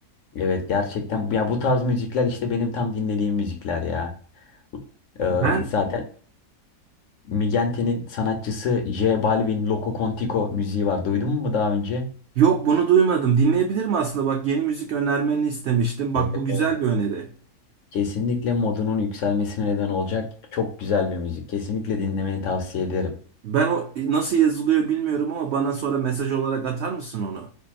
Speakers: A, on the left; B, on the right.
A: Evet gerçekten ya bu tarz müzikler işte benim tam dinlediğim müzikler ya. Ee,
B: Ben
A: zaten Migente'nin sanatçısı J Balvin Loco Contico müziği var. Duydun mu daha önce?
B: yok bunu duymadım. Dinleyebilirim aslında. Bak yeni müzik önermeni istemiştim. Bak
A: Evet,
B: bu güzel
A: evet.
B: bir öneri.
A: Kesinlikle modunun yükselmesine neden olacak çok güzel bir müzik. Kesinlikle dinlemeni tavsiye ederim.
B: Ben o nasıl yazılıyor bilmiyorum ama bana sonra mesaj olarak atar mısın onu?